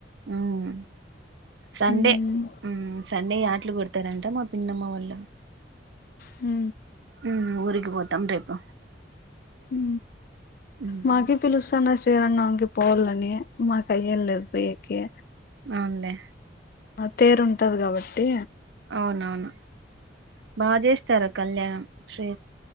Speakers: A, on the right (about 75°); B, on the left (about 50°).
A: అవును సండే
B: మ్మ్.
A: ఊ సండే యాటలు కొడతారంట మా పిన్నమ్మ వాళ్ళు
B: హు
A: ఊ ఊరికి పోతాం రేపు
B: ఊ
A: మ్మ్
B: మాకి పిలుస్తన్నర్ తిరుణాలకి పోవలనీ ఉ మా కయల్ లేదు పోయి ఎకే
A: అవునులే
B: ఆ తేరు ఉంటది కాబట్టి
A: అవునవును బాగా చేస్తారు కళ్యాణం శ్రీ